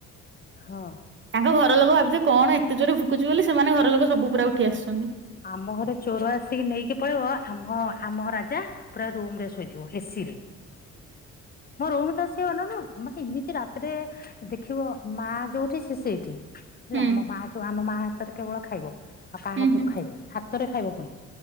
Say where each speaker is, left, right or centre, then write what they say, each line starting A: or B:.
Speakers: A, on the left; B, on the right.
A: ହଁ।
B: ତାଙ୍କ ଘର ଲୋକ ଭାବୁଥୁବେ କଣ ଏତେ ଜୋରେ ଭୁକୁଚି ବୋଲି ସେମାନେ ଘର ଲୋକ ସବୁ ପୁରା ଉଠି ଆସଚନ୍ତି।
A: ଆମ ଘରେ ଚୋର ଆସିକି ନେଇକି ପଳେଇବ ଆମ ଆମ ରାଜା ପୁରା ରୁମ୍ ରେ ଶୋଇଥିବ ଏସିରେ। ମୋ ରୋମ ତ ସେ ଅନଉନୁ ମାନେ ଏମିତି ରାତିରେ ଦେଖିବ ମା ଯୋଉଠି ସେ ସେଇଠି। ହେଲା
B: ହୁଁ
A: ଆମ ମା ଯୋଉ ଆମ ମା ହାତରେ କେବଳ ଖାଇବ ଆଉ କାହା
B: ହୁଁ
A: ହାତରୁ
B: ହୁଁ
A: ଖାଇବ ହାତରେ ଖାଇବ ପୁଣି